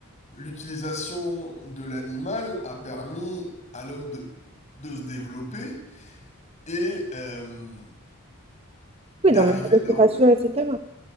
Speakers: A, on the left; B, on the right.
A: l'utilisation de l'animal a permis à l'homme de, de se développer et, euh, d'arriver
B: Oui, dans la domestication,
A: là où,
B: etc.